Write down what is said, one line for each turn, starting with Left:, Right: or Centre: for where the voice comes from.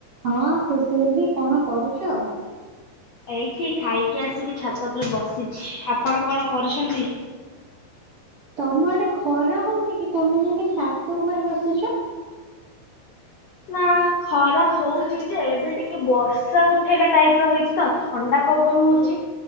Right: ହଁ ଖୁସି ଦିଦି କଣ କରୁଛ?
Left: ଏଇଠି ଖାଇକି ଆସିକି ଛାତ ଉପରେ ବସିଛି, ଆପଣ କଣ କରୁଛନ୍ତି?
Right: ତମଆଡ଼େ ଖରା ହଉନି କି ତମେ ଯାଇଁକି ଛାତ ଉପରେ ବସିଛ?
Left: ନା ଖରା ହଉଛି ଯେ ଏବେ ଟିକେ ବର୍ଷା ଉଠେଇଲା ଟାଇପର ହେଇଛି ତ ଥଣ୍ଡା ପବନ ହଉଛି